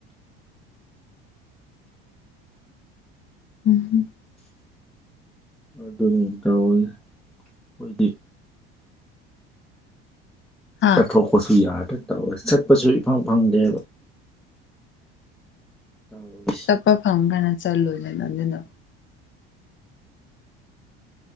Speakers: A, on the left; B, in the centre.
A: ꯎꯝ ꯍꯝ
B: ꯑꯗꯨꯅꯤꯅꯦ ꯇꯧꯔꯤꯁꯦ ꯑꯈꯣꯏꯗꯤ꯫
A: ꯍꯥ
B: ꯆꯠꯊꯣꯛꯄꯁꯨ ꯌꯥꯗ ꯇꯧꯔꯤꯁꯦ ꯆꯠꯄꯁꯨ ꯏꯐꯪ ꯐꯪꯗꯦꯕ꯫ ꯇꯧꯔꯤꯁꯦ
A: ꯊꯕꯛ ꯍꯥꯟꯕꯒꯥꯟꯗ ꯆꯠꯂꯨꯗꯅ ꯑꯗꯨꯅ <unintelligible>